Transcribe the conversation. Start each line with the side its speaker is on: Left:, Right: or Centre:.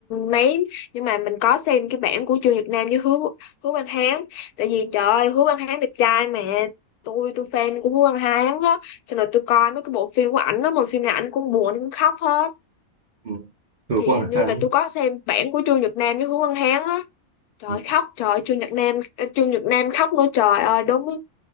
Left: mấy nhưng mà mình có xem cái bản của Trương Nhật Nam với Hứa Hứa Văn Hán tại vì trời ơi Hứa Văn Hán đẹp trai mà tôi tôi fan của Hứa Văn Hán á xong rồi tôi coi mấy cái bộ phim của ảnh đó mà phim nào ảnh cũng buồn ảnh cũng khóc hết
Right: ừ. từ
Left: thì
Right: Quang
Left: hình như
Right: Hán
Left: là tôi có xem bản của Trương Nhật Nam với Hứa Văn Hán á trời
Right: Ừ.
Left: ơi, khóc trời ơi, Trương Nhật Nam Trương Nhật Nam khóc nữa trời ơi đúng